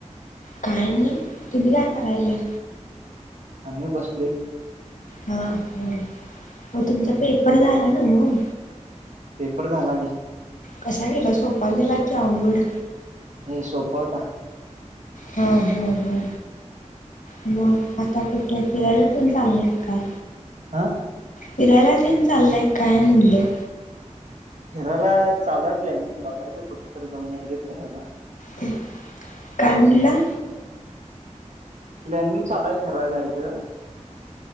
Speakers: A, on the left; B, on the right.
A: काय नाही तुम्ही काय करायलाय.
B: आम्ही बसलोय.
A: हा हा म तुमचा
B: हम्म,
A: पेपर झाला नव्ह.
B: पेपर झाला कि.
A: कसा गेला सोपा गेला की अवघड.
B: हमम सोपा होता.
A: हा हा हा. मग आता कुठे फिरायला तेन चालाय काय.
B: हा...
A: फिरायला तेन चाललाय काय म्हणलं.
B: फीरायला चालू हाय प्लॅनिंग बघायचं कुठ तर जाऊन यायच फिरायला.
A: हुम्म.. काय म्हणला..
B: प्लॅनिंग चालू आहे फिराय जायचं.